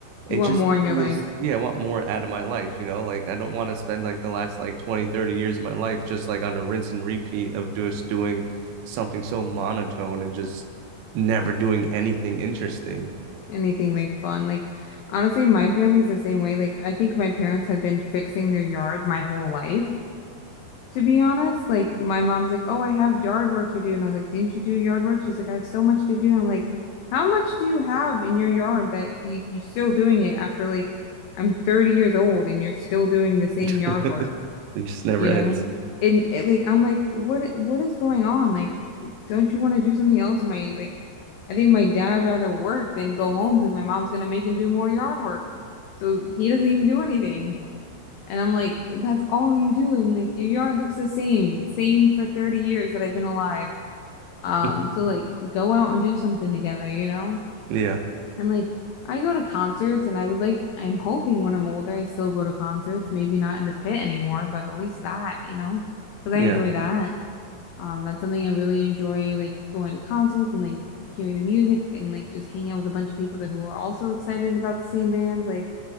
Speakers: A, on the right; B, on the left.
A: it
B: You want
A: just
B: more in
A: feels,
B: your life.
A: yeah, I want more out of my life, you know? Like I don't want to spend like the last like 20, 30 years of my life just like on a rinse and repeat of just doing something so monotone and just never doing anything interesting.
B: Anything like fun. Like honestly, my family's the same way. Like I think my parents have been fixing their yard my whole life, to be honest. Like my mom's like, "Oh, I have yard work to do." And I was like, "Didn't you do yard work?" She's like, "I have so much to do." And I'm like, "How much do you have in your yard that you you still doing it after like I'm 30 years old and you're still doing the same
A: <laughs>
B: yard work?"
A: It just never
B: you
A: ends.
B: know? And it, like I'm like, what what is going on? Like, don't you want to do something else? Am I like I think my dad rather work than go home because my mom's gonna make him do more yard work. So he doesn't even do anything. And I'm like, that's all you do. And like your yard looks the same, same for 30 years that I've been alive. Um,
A: <laughs>
B: so like go out and do something together, you know?
A: Yeah.
B: And like I go to concerts and I would like I'm hoping when I'm older I still go to concerts, maybe not in the pit anymore, but at least that, you know, because I
A: Yeah.
B: enjoy that. Um, that's something I really enjoy, like going to concerts and like hearing the music and like just hanging out with a bunch of people that who are also excited about the same bands. Like